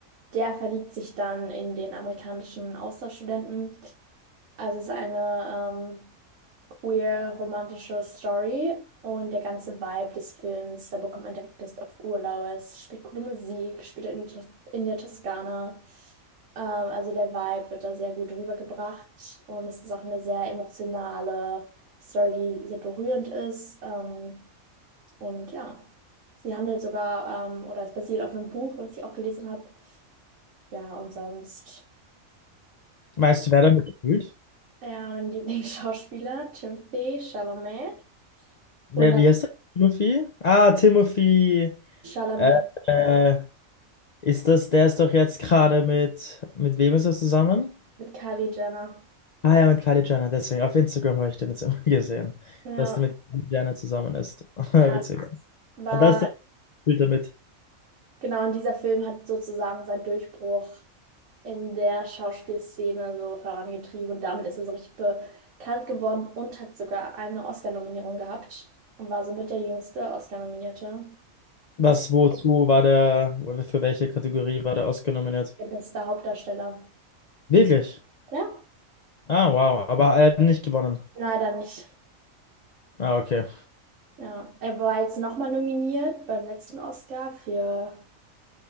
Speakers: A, on the right; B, on the left.
A: der verliebt sich dann in den amerikanischen Austauschstudenten. Also es ist eine ähm, queer romantische Story und der ganze Vibe des Films, da bekommt man direkt Lust auf Urlaub. Es spielt coole Musik, spielt in, in der Toskana. Ähm, also der Vibe wird da sehr gut rübergebracht und es ist auch eine sehr emotionale Story, die sehr berührend ist. Ähm, und ja, sie handelt sogar ähm, oder es basiert auf einem Buch, was ich auch gelesen habe. Ja, und sonst.
B: Weißt du, wer damit spielt?
A: Ja, mein Lieblingsschauspieler, Timothée Chalamet.
B: Wer,
A: Und dann
B: wie heißt der? Timothy? Ah, Timothy.
A: Chalamet
B: Äh, äh, ist das, der ist doch jetzt gerade mit, mit wem ist er zusammen?
A: mit Kylie Jenner.
B: Ah ja, mit Kylie Jenner, deswegen. Auf Instagram habe ich den jetzt immer <laughs> gesehen,
A: Ja,
B: dass der mit Kylie Jenner zusammen ist. <laughs> Witzig.
A: er war,
B: Da ist der Bild damit.
A: genau, und dieser Film hat sozusagen seinen Durchbruch in der Schauspielszene so vorangetrieben. Und damit ist er so richtig bekannt geworden und hat sogar eine Oscar-Nominierung gehabt. Und war somit der jüngste Oscar-Nominierte.
B: Was,
A: Bisher
B: wozu war der, für welche Kategorie war der ausgenominiert?
A: der beste Hauptdarsteller.
B: Wirklich?
A: Ja,
B: Ah, wow. Aber er hat nicht gewonnen.
A: leider nicht.
B: Ah, okay.
A: Ja, er war jetzt nochmal nominiert beim letzten Oscar für